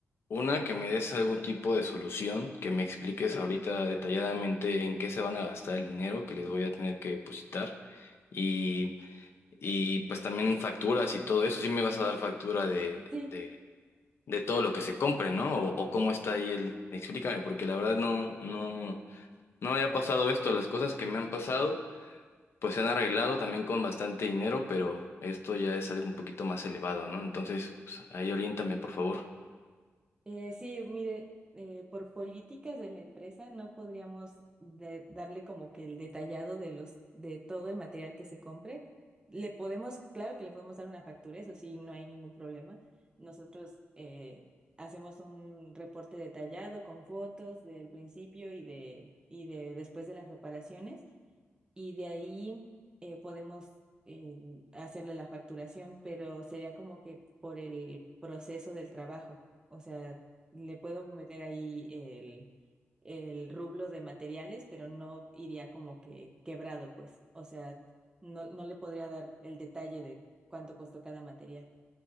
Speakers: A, on the left; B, on the right.
A: una que me des algún tipo de solución, que me expliques ahorita detalladamente en qué se van a gastar el dinero que les voy a tener que depositar. Y,
B: ujú.
A: y pues también facturas y todo eso. Sí me vas a dar factura de,
B: Sí.
A: de de todo lo que se compre, ¿no? O, o cómo está ahí el... Explícame, porque la verdad no, no, no había pasado esto. Las cosas que me han pasado, pues se han arreglado también con bastante dinero, pero esto ya es algo un poquito más elevado, ¿no? Entonces, pues, ahí oriéntame, por favor.
B: Eh, sí, mire, eh, por políticas de la empresa no podríamos de- darle como que el detallado de los de todo el material que se compre. Le podemos, claro que le podemos dar una factura, eso sí, no hay ningún problema. Nosotros eh, hacemos un reporte detallado con fotos del principio y de y de después de las reparaciones y de ahí eh, podemos eh, hacerle la facturación, pero sería como que por el proceso del trabajo. O sea, le puedo meter ahí el, el rublo de materiales, pero no iría como que quebrado, pues. O sea, no, no le podría dar el detalle de cuánto costó cada material.